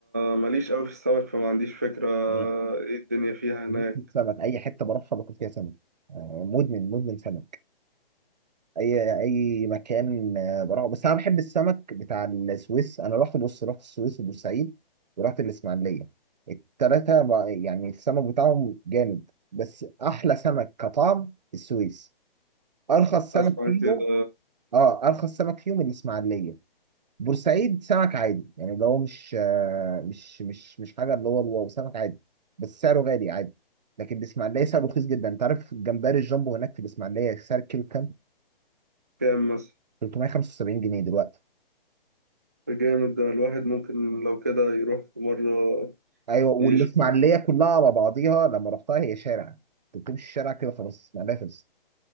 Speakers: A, on the right; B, on the right.
A: ماليش قوي في السمك فما عنديش فكرة آه،
B: لا،
A: ايه الدنيا فيها
B: بموت
A: هناك
B: سمك اي حته بروحها باكل فيها سمك آه، مدمن مدمن سمك اي اي مكان آه، بروحه بس انا بحب السمك بتاع السويس انا رحت بص رحت السويس وبورسعيد ورحت الاسماعيليه التلاته ب- يعني السمك بتاعهم جامد بس احلى سمك كطعم السويس ارخص سمك
A: اسمع
B: فيهم
A: كده
B: اه ارخص سمك فيهم الاسماعيليه بورسعيد سمك عادي يعني اللي هو مش آه، مش مش مش حاجه اللي هو الواو سمك عادي بس سعره غالي عادي لكن الاسماعيليه سعره رخيص جدا انت عارف الجمبري الجامبو هناك في الاسماعيليه سعر الكيلو كام
A: كام مثلا
B: 375 جنيه دلوقتي
A: جامد ده الواحد ممكن لو كده يروح في مرة
B: ايوه والاسماعيليه
A: يشوف
B: كلها على بعضيها لما رحتها هي شارع انت بتمشي الشارع كده خلاص الاسماعيليه خلصت